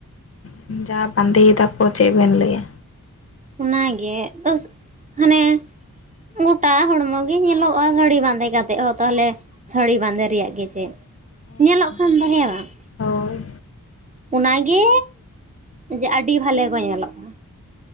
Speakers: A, on the left; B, on the right.
A: ᱦᱩᱸ ᱡᱟ ᱵᱟᱸᱫᱮᱭ ᱫᱟᱠᱚ ᱪᱮᱫ ᱵᱮᱱ ᱞᱟᱹᱭᱟ
B: ᱚᱱᱟᱜᱮ ᱦᱟᱱᱮ ᱜᱚᱴᱟ ᱦᱚᱲᱢᱚ ᱜᱮ ᱧᱮᱞᱚᱜᱼᱟ ᱥᱟᱹᱲᱤ ᱵᱟᱸᱫᱮ ᱠᱟᱛᱮᱜ ᱦᱚᱸ ᱛᱟᱦᱚᱞᱮ ᱥᱟᱹᱲᱤ ᱵᱟᱸᱫᱮ ᱨᱮᱭᱟᱜ ᱜᱮ ᱪᱮᱫ
A: ᱦᱮᱸ
B: ᱧᱮᱞᱚᱜ ᱠᱷᱟᱱ ᱫᱚ ᱦᱮᱸ ᱵᱟᱝ
A: ᱦᱳᱭ
B: ᱚᱱᱟᱜᱮ ᱡᱮ ᱟᱹᱰᱤ ᱵᱷᱟᱞᱮ ᱠᱚ ᱧᱮᱞᱚᱜᱼᱟ